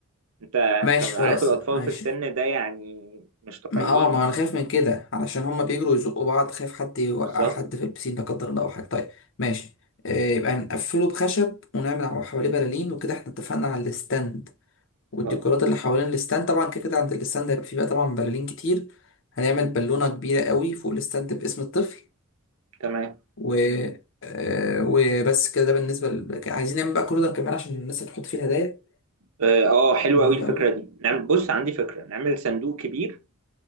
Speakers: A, on the right (about 75°); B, on the left (about 55°).
A: انت انت
B: ماشي
A: عارف
B: خلاص
A: الأطفال
B: ماشي
A: في السن ده يعني مش طبيعيين
B: ما اه ما انا خايف من كده علشان هما
A: آه،
B: بيجروا يزقوا بعض خايف حد يوقع
A: بالظبط
B: حد في البسين لا قدر الله او حاجه طيب ماشي آه، يبقى نقفله بخشب ونعمل حواليه بلالين وكده احنا اتفقنا على الستاند والديكورات
A: اه
B: اللي حوالين الستاند طبعا كده كده عند الستاند هيبقى فيه بقى طبعا بلالين كتير هنعمل بالونه كبيره قوي فوق الستاند باسم الطفل
A: تمام
B: و آه، وبس كده ده بالنسبه ل... عايزين نعمل بقى كورنر كمان عشان الناس اللي تحط فيه الهدايا
A: اه آه، حلوة
B: مهم
A: قوي الفكرة
B: قوي
A: دي نعم بص عندي فكرة نعمل صندوق كبير